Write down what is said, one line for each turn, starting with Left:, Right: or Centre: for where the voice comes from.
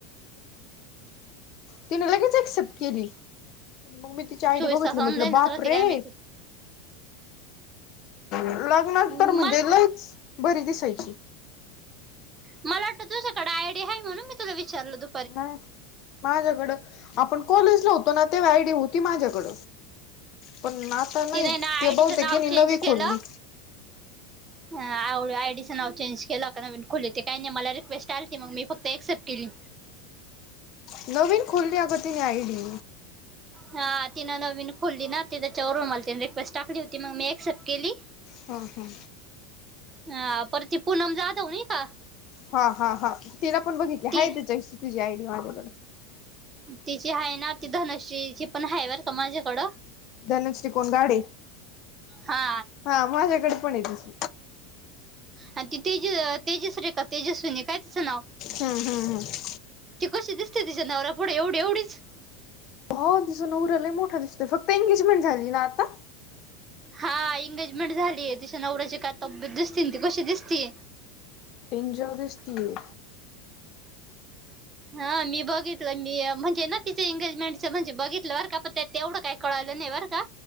Left: तिने लगेच एक्सेप्ट केली मग मी
Right: चोवीस तास ऑनलाईनच राहते काय माहिती
Left: त <inaudible>
Right: हम्.
Left: म्हणजे लच बरी दिसायची.
Right: मला वाटतं तुझ्याकडे आयडी आहे म्हणून मी तुला विचारल तो
Left: नाही. माझ्याकड आपण कॉलेजला होतो ना ते आयडी होती माझ्याकड पण आता नाही
Right: तिने ना
Left: ते
Right: आयडीचं
Left: बहुतेक
Right: नाव
Left: तिने नवी
Right: चेंज
Left: खोलली
Right: केलं. ह आवड आयडीचं नाव चेंज केलं का नवीन खुले हो ते काही नाही मला रिक्वेस्ट आली त मग मी फक्त क्सेप्ट केली.
Left: नवीन खुल्ल्या अगतीने आयडी.
Right: हा तिनं नवीन खोलली ना त त्याच्यावरून मला तिने रिक्वेस्ट टाकली होती मग मी ऍक्सेप्ट केली.
Left: हा हा.
Right: हा पर ते पुूनम जादा होणे का?
Left: हा हा हा तिला पण बघितली
Right: ती
Left: हा त्याच्या तुझी आयडी माझ्याकड.
Right: तिची आहे ना ती धनश्रीची पण ह वर का माझ्याकडं.
Left: धनश्री कोोण गाडे
Right: हा
Left: हा माझ्याकडे पण य तस.
Right: आणि ती तेजस तेजस रे का तेजस्विनी काय तिचं नाव
Left: हा हा हा.
Right: तेी कसे दिसते तिच्या नावला पुढे एवढी एवढीच
Left: हो दिसून उरलंय मोठा दिसतोय फक्त एंगेजमेंट झाली ना आता
Right: हा एंगेजमेंट झालीय तिच्या नवऱ्याची काय तब्येत दिसती ती कशी दिसती.
Left: टेन जर दिस ती आहे.
Right: हा मी बघितलं मी म्हणजे ना तिच एंगेजमेंटच म्हणजे बघितलं बर का पण त्या तेवढं काय? कळालं नाही बर का